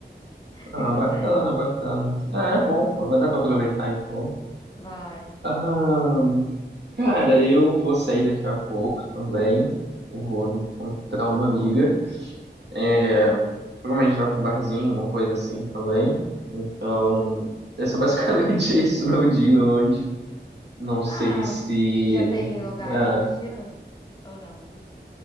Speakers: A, on the left; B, on the right.
A: E
B: Ah,
A: você?
B: bacana, bacana. Ah, é bom, pô, vai dar pra aproveitar então.
A: Vai.
B: Ah, cara, eu vou sair daqui a pouco também. Vou encontrar uma amiga. É, Provavelmente vai pra um barzinho, uma coisa assim também. Então, esse é basicamente <laughs> isso, meu dia hoje. Não sei
A: Ah,
B: se.
A: você já tem lugares,
B: é,
A: destinos? Ou não?